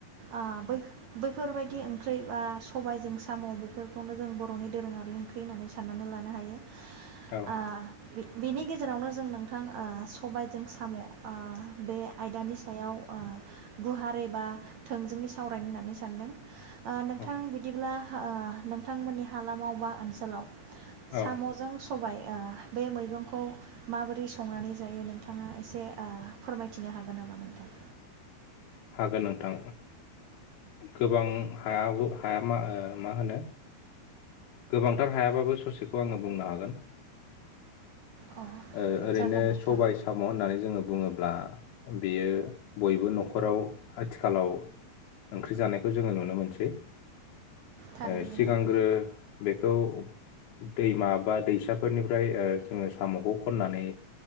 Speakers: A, on the right (about 65°); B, on the left (about 80°).
A: आ बै फोरबायदि ओंख्रि बा सबाइजों साम' बेफोरखौनो जों बर'नि दोरोङारि ओंख्रि होननानै सान्नानै लानो हायो
B: औ
A: आ बेनि गेजेरावनो जों नोंथां ओ सबायजों साम' ओ बे आयदानि सायाव गुवार एबा थोंजोङै सावरायनो होननानै सानदों ओ नोंथां
B: औ
A: बिदिब्ला ओ नोंथांमोननि हालामाव बा ओनसोलाव
B: औ
A: साम'जों सबाय ओ बे मैगंखौ माबोरै संनानै जायो नोंथाङा एसे ओ फोरमायथिनो हागोन नामा नोंथां
B: हागोन नोंथां गोबां हाय हाया म मा होनो गोबांथार हायाबाबो ससेखौ आङो बुंनो हागोन
A: अ
B: ओ ओरैनो
A: जागोन नोंथां
B: सबाय साम' होननानै जोङो बुङोब्ला ब्ला बेयो बयबो न'खराव आथिखालाव ओंख्रि जानायखौ जोङो नुनो मोनसै
A: थारैनो
B: ओ सिगांग्रो
A: नोंथां
B: बेखौ दैमा बा दैसाफोरनिफ्राय ओ जोङो साम'खौ खननानै